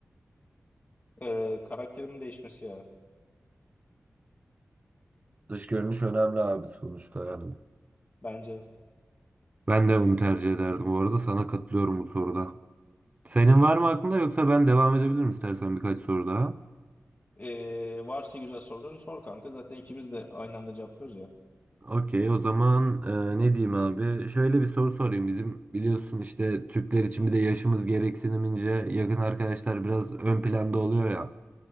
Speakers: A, on the left (about 35°); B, on the right (about 30°).
A: Ee, karakterimin değişmesi ya.
B: Dış görünüş önemli abi sonuçta yani.
A: Bence.
B: Ben de bunu tercih ederdim bu arada sana katılıyorum bu soruda. Senin var mı aklında yoksa ben devam edebilirim istersen birkaç soru daha.
A: Ee, varsa güzel soruların sor kanka. Zaten ikimiz de aynı anda cevaplıyoruz ya.
B: Okey, o zaman e, ne diyeyim abi? Şöyle bir soru sorayım. Bizim biliyorsun işte Türkler için bir de yaşımız gereksinimince yakın arkadaşlar biraz ön planda oluyor ya.